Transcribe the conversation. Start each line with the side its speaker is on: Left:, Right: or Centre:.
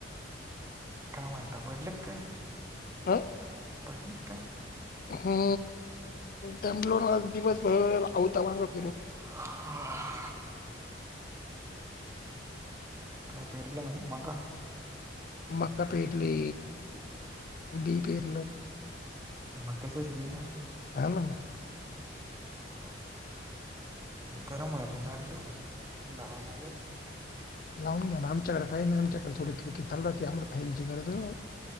Right: काय म्हंनता पडले क काय?
Left: हं!
Right: पडले क काय?
Left: हूं दमलो ना आज दिवसभर आवता मांग फिरून.
Right: हा! काय पेरल म्हणे मका?
Left: मका पेरले, बि पेरल.
Right: मक्याचंच बी ना!
Left: हा ना!
Right: <inaudible> गरम व्हायला लागल ओ, लावा लागल.
Left: लावून घ्या ना आमच्याकड काही नाही, आमच्याकड थोडी खिडकी चालू राहती, आम्हाला फॅन ची गरजच नाही.